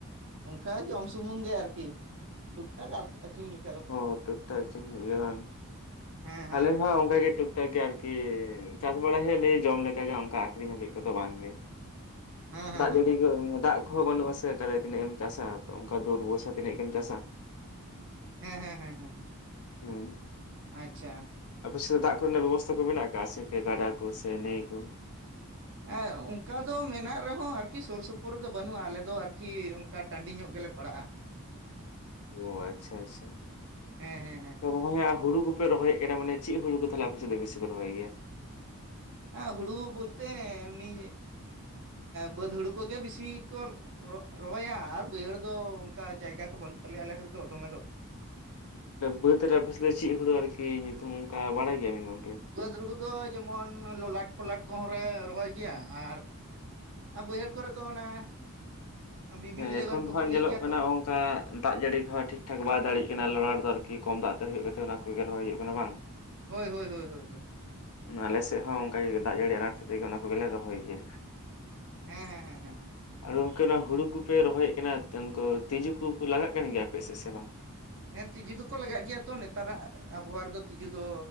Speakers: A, on the right; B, on the left.
A: ᱚᱱᱠᱟ ᱡᱚᱢ ᱥᱩᱢᱩᱝ ᱜᱮ ᱟᱨᱠᱤ ᱴᱩᱠ ᱴᱟᱠ ᱟᱹᱷᱨᱤᱧ᱾
B: ᱚ ᱴᱩᱠ ᱴᱟᱠ ᱟᱠᱷᱨᱤᱧ ᱦᱩᱭᱩᱜ ᱜᱤᱭᱟ ᱵᱟᱝ
A: ᱦᱮᱸ ᱦᱮᱸ
B: ᱟᱞᱮ
A: ᱦᱮᱸ
B: ᱠᱚᱦᱚᱸ ᱚᱱᱠᱟ ᱜᱮ ᱴᱩᱠ ᱚᱱᱠᱟᱜᱮ ᱜᱮ ᱟᱨᱠᱤ ᱪᱟᱥ ᱵᱟᱲᱟᱭ ᱦᱩᱭᱩᱜᱼᱟ ᱱᱤᱭᱟᱹ ᱡᱚᱢ ᱞᱮᱠᱟᱜᱮ ᱚᱱᱠᱟ ᱟᱠᱷᱨᱤᱧ ᱦᱟᱹᱵᱤᱡ ᱠᱚᱫᱚ ᱵᱟᱝᱜᱮ᱾
A: ᱦᱮᱸ
B: ᱫᱟᱜᱽ
A: ᱦᱮᱸ
B: ᱡᱟᱹᱲᱤ
A: ᱦᱮᱸ
B: ᱠᱚ ᱫᱟᱜᱽ ᱠᱚᱦᱚᱸ ᱵᱟᱹᱱᱩᱜ ᱟᱥᱮ ᱛᱟᱞᱦᱮ ᱛᱤᱱᱟᱹᱜ ᱮᱢ ᱪᱟᱥᱟ ᱚᱱᱠᱟ ᱫᱩᱨᱵᱚᱨᱥᱟ ᱛᱤᱱᱟᱹᱜ ᱜᱮᱢ ᱪᱟᱥᱟ᱾
A: ᱦᱮᱸ ᱦᱮᱸ ᱦᱮᱸ ᱦᱮᱸ
B: ᱦᱩᱸ
A: ᱟᱪᱪᱷᱟ᱾
B: ᱟᱯᱮ ᱥᱮᱫ ᱫᱟᱜᱽ ᱠᱚᱨᱮᱱᱟᱜ ᱵᱮᱵᱚᱥᱛᱟ ᱠᱚ ᱢᱮᱱᱟᱜ ᱠᱟᱼᱟ ᱥᱮ ᱜᱟᱰᱟ ᱠᱚ ᱥᱮ ᱱᱟᱹᱭ ᱠᱚ?
A: ᱦᱮᱸ ᱚᱱᱠᱟ ᱫᱚ ᱢᱮᱱᱟᱜ ᱨᱮᱦᱚᱸ ᱟᱨᱠᱤ ᱥᱩᱨ ᱥᱩᱯᱩᱨ ᱨᱮᱫᱚ ᱵᱟᱹᱱᱩᱜᱼᱟ ᱟᱞᱮ ᱫᱚ ᱟᱨᱠᱤ ᱚᱱᱠᱟ ᱴᱟᱹᱰᱤ ᱧᱚᱜ ᱜᱮᱞᱮ ᱯᱟᱲᱟᱜᱼᱟ᱾
B: ᱚ ᱟᱪᱪᱷᱟ ᱟᱪᱪᱷᱟ
A: ᱦᱮᱸ ᱦᱮᱸ
B: ᱱᱚᱜᱼᱚᱭ ᱦᱩᱲᱩ ᱠᱚ ᱯᱮ ᱨᱚᱦᱚᱭᱮᱫ ᱠᱟᱱᱟ ᱢᱟᱱᱮ ᱪᱮᱫ ᱦᱩᱲᱩ ᱛᱟᱦᱚᱞᱮ ᱟᱯᱮᱥᱮᱫ ᱫᱚ ᱵᱤᱥᱤ ᱠᱚ ᱨᱚᱦᱚᱭ ᱜᱮᱭᱟ
A: ᱦᱸ ᱦᱩᱲᱩ ᱵᱚᱞᱛᱮ ᱮᱢᱱᱤ ᱵᱟᱹᱫᱽ ᱦᱩᱲᱩ ᱠᱚᱜᱮ ᱵᱮᱥᱤ ᱠᱚ ᱨᱚᱦᱚᱭᱟ ᱟᱨ ᱵᱟᱹᱭᱦᱟᱹᱲ ᱫᱚ ᱚᱱᱠᱟ ᱡᱟᱭᱜᱟ ᱠᱚ ᱵᱟᱹᱱᱩᱜ ᱛᱟᱞᱮᱭᱟ ᱟᱞᱮ ᱥᱮᱫ ᱫᱚ ᱫᱚᱢᱮ ᱫᱚ
B: ᱵᱟᱹᱫ ᱨᱮ ᱟᱯᱮᱥᱮᱜ ᱫᱚ ᱪᱮᱫ ᱦᱩᱲᱩ ᱟᱨᱠᱤ ᱧᱩᱛᱩᱢ ᱚᱱᱠᱟ ᱵᱟᱲᱟᱭ ᱜᱮᱭᱟᱵᱤᱱ ᱜᱚᱝᱠᱮ?
A: ᱵᱟᱹᱫᱽ ᱦᱩᱲᱩ ᱫᱚ ᱡᱮᱢᱚᱱ ᱞᱚᱞᱟᱴ ᱯᱷᱚᱞᱟᱴ ᱠᱚᱦᱚᱸ ᱞᱮ ᱨᱚᱦᱚᱭ ᱜᱮᱭᱟ ᱟᱨ ᱟᱨ ᱵᱟᱹᱭᱦᱟᱹᱲ ᱠᱚᱨᱮ ᱫᱚ ᱚᱱᱟ ᱵᱤᱵᱤ
B: ᱦᱮᱸ
A: ᱤᱞᱮᱵᱷᱮᱱ
B: ᱮᱠᱷᱚᱱ
A: ᱠᱚᱠᱚ
B: ᱫᱚ ᱦᱟᱸᱜ
A: ᱞᱟᱹᱭ
B: ᱧᱮᱞᱚᱜ
A: ᱜᱮᱭᱟ
B: ᱠᱟᱱᱟ
A: ᱛᱚ
B: ᱚᱱᱠᱟ ᱫᱟᱜ ᱡᱟᱹᱲᱤ ᱠᱚᱦᱚᱸ ᱴᱷᱤᱠ ᱴᱷᱟᱠ ᱵᱟᱭ ᱫᱟᱲᱮᱜ ᱠᱟᱱᱟ ᱟᱞᱮ ᱚᱬᱟᱜᱨᱮ ᱫᱚ ᱟᱨᱠᱤ ᱠᱚᱢ ᱫᱟᱜ ᱛᱮ ᱦᱳᱭᱳᱜ ᱜᱮᱛᱮ ᱚᱱᱟ ᱠᱚᱜᱮ ᱨᱚᱦᱚᱭ ᱦᱩᱭᱩᱜ ᱠᱟᱱᱟ ᱵᱟᱝ
A: ᱦᱳᱭ ᱦᱳᱭ ᱦᱳᱭ ᱦᱳᱭ
B: ᱟᱞᱮᱥᱮᱫ ᱦᱚᱸ ᱚᱱᱠᱟᱜᱮ ᱫᱟᱜ ᱡᱟᱹᱲᱤ ᱟᱱᱟᱴ ᱠᱷᱟᱛᱤᱨ ᱜᱮ ᱚᱱᱟ ᱠᱚᱜᱮᱞᱮ ᱨᱚᱦᱚᱭ ᱜᱮᱭᱟ
A: ᱦᱮᱸ ᱦᱮᱸ ᱦᱮᱸ ᱦᱮᱸ ᱦᱮᱸ
B: ᱟᱨ ᱜᱚᱝᱠᱮ ᱚᱱᱟ ᱦᱩᱲᱩ ᱠᱚᱯᱮ ᱨᱚᱦᱚᱭᱮᱫ ᱠᱟᱱᱟ ᱩᱱᱠᱩ ᱛᱤᱡᱩ ᱠᱚᱠᱚ ᱞᱟᱜᱟᱜ ᱠᱟᱱ ᱜᱮᱭᱟ ᱟᱯᱮ ᱥᱮᱫ ᱥᱮ ᱵᱟᱝ
A: ᱦᱮᱸ ᱛᱤᱡᱩ ᱫᱚᱠᱚ ᱞᱟᱜᱟᱜ ᱜᱮᱭᱟ ᱛᱚ ᱱᱮᱛᱟᱨᱟᱜ ᱟᱵᱚᱦᱟᱣᱟ ᱨᱮᱫᱚ ᱛᱤᱡᱩ ᱫᱚ